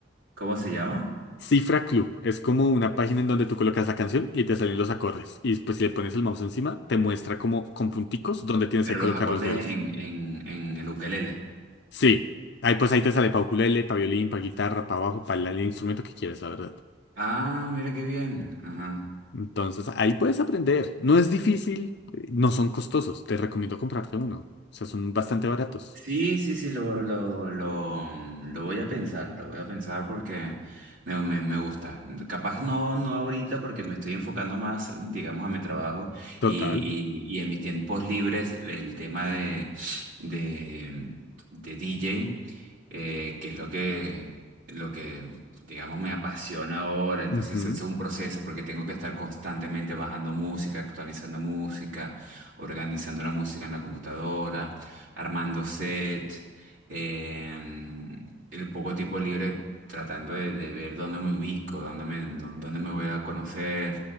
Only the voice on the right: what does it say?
¿Cómo se llama?
Pero
los
acordes
en, en, en el ukelele.
Ah, mira qué bien. Ajá.
Sí, sí, sí, lo, lo, lo, lo voy a pensar, lo voy a pensar porque me, me, me gusta. Capaz no, no ahorita porque me estoy enfocando más, digamos, a mi trabajo
y, y, y en mis tiempos libres el tema de, de, de DJ, eh, que es lo que, lo que, digamos, me apasiona ahora. Entonces
es un proceso porque tengo que estar constantemente bajando música, actualizando música, organizando la música en la computadora armando set, em, el poco tiempo libre tratando de, de ver dónde me ubico, dónde me, dó- dónde me voy a conocer.